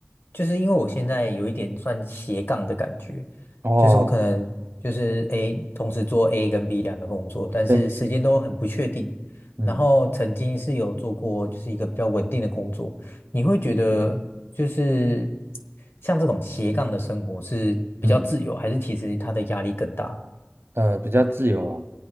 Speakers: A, on the left (about 65°); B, on the right (about 70°).
A: 就是因为我现在有一点算斜杠的感觉，
B: 哦，
A: 就是我可能就是 A 同时做 A 跟 B 两个工作，但是时间都很不确定。
B: 对，嗯
A: 然后曾经是有做过就是一个比较稳定的工作，你会觉得就是像这种斜杠的生活是比较自由，
B: 嗯，
A: 还是其实它的压力更大？
B: 呃，比较自由啊，